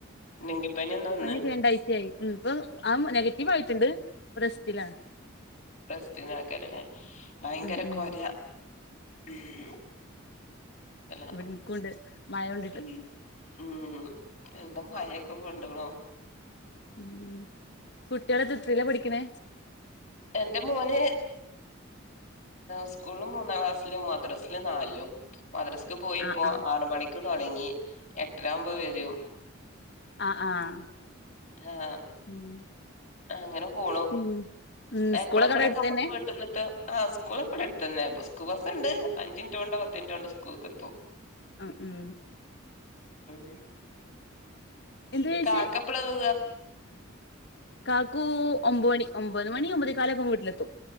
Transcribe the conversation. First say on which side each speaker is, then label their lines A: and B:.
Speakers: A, on the left; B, on the left.
A: ഡെങ്കിപ്പനിഎന്നു വന്ന്
B: പനിയൊക്കെ രണ്ടാഴ്ചയായി ഉം ഇപ്പൊഅനെഗറ്റീവ്ആയിട്ടുണ്ട് ഇപ്പ റെസ്റ്റിലാ
A: റെസ്റ്റിനാകരല്ലെ ഭയങ്കരകൊരാ
B: ഉം ഉം
A: ഉം അല്ല
B: എനിക്കുവുണ്ട് മഴകൊണ്ടിട്ട്
A: ഉം ഉം എന്താ മയക്കെകൊണ്ട്കുണോ
B: ഉം കുട്ടിളത് ത്രയിലാ പഠിക്ക‌ണെ
A: എന്റെ മോന് സ്കൂളില് മൂന്നാംക്ലാസ്സിലും മദ്രസില്നാലിലും മദ്രസക്ക് പോയിപ്പോ
B: ആഹ് ആഹ്
A: ആറ്മണിക്ക് തൊടങ്ങി എട്ടരാവുമ്പോ വരും
B: ആഹ് ആഹ്
A: ആഹ്
B: ഉം
A: അങ്ങനെ പോണു
B: പിന്നെ ഉം
A: എപ്പളന്നിട്ട്കെ
B: സ്കൂളൊക്കെ അവിടെ അടുത്തന്നെ
A: മ്മക്ക്‌ വീട്ട് ക് ത്ത ആ സ്കൂളൊകെ ബടട്ത്തന്നെ സ്ക്കു ബസ്സ് ഇണ്ട് അഞ്ചന് റ്റ്ട്ടൊപത്ത്ന് റ്റ് ട്ടൊകൊണ്ട് സ്കൂൾക്ക്‌ എത്തും
B: അ ഉം
A: ആഹ്
B: എന്താ ചോയിച്ചേ
A: കാകപ്പളവ
B: കാകൂ ഒമ്പമണി ഒമ്പത് മണി ഒമ്പത് കാലൊക്കെ പൊവീട്ടിലത്തും